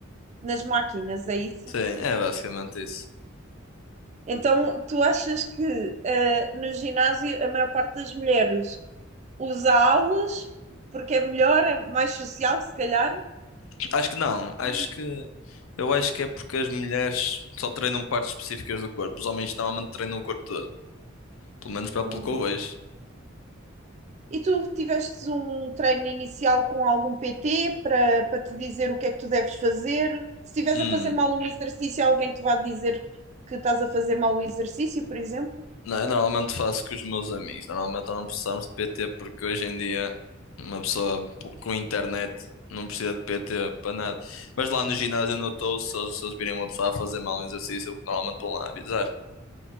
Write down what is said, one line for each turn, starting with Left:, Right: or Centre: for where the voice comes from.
Right: Nas máquinas, é isso?
Left: Sim, é basicamente isso.
Right: Então, tu achas que eh, no ginásio a maior parte das mulheres usa aulas porque é melhor, é mais social, se calhar?
Left: Acho que não, acho
Right: E,
Left: que eu acho que é porque as mulheres só treinam partes específicas do corpo, os homens normalmente treinam o corpo todo, pelo menos para
Right: Hum.
Left: pelo que eu vejo.
Right: E tu tivestes um treino inicial com algum PT para para te dizer o que é que tu deves fazer? Se estiveres
Left: Hum,
Right: a fazer mal um exercício, alguém te vai dizer que estás a fazer mal o exercício, por exemplo?
Left: não, eu normalmente faço com os meus amigos, normalmente não precisamos de PT porque hoje em dia uma pessoa p- com internet não precisa de PT para nada. Mas lá no ginásio onde eu estou, se, eles- se eles virem uma pessoa a fazer mal um exercício, eu normalmente vão lá avisar,